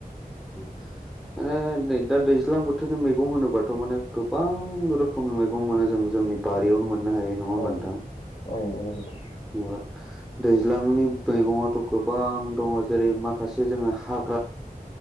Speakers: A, in the centre; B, on the left (about 40°).
A: म <unintelligible> माने नै दा दैज्लां बोथोरनि मैगं होनोबाथ' माने गोबां रोखोमनि मैगं मोनो जों जों आंनि बारियावनो मोननो हायो नङा होनबा
B: औ
A: नोंथां।
B: औ नंगौ नोंथां
A: जेनेबा दैज्लांनि मैगङथ' गोबां दङ जेरै माखासे जोङो हा